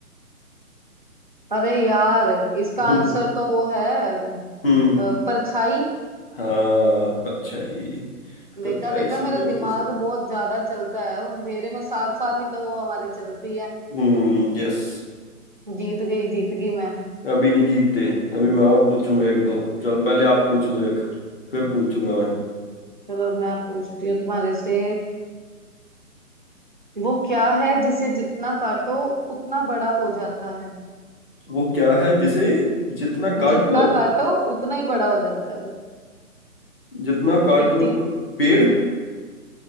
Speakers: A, on the right; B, on the left.
A: अरे यार इसका
B: हम्म
A: आंसर तो वो है अम,
B: हम्म
A: अ, परछाई
B: हाँ परछाई परछाई
A: देखा देखा
B: सूरज
A: मेरा दिमाग
B: के साथ
A: बहुत ज्यादा चलता है वो अंधेरे में साथ साथ ही तो वो हमारे चलती है
B: हम्म यस
A: जीत गई जीत गई मैं
B: अभी नहीं जीतते अभी मैं और पूछूंगा एक दो चल पहले आप पूछ लो एक फिर पूछूंगा मैं
A: हम्म। चलो अब मैं पूछती हूँ तुम्हारे से वो क्या है जिसे जितना काटो उतना बड़ा हो जाता है
B: वो क्या है जिसे जितना काटो
A: जितना काटो उतना ही बड़ा हो जाता है वो
B: जितना काटो
A: टिक टिक
B: उतना पेड़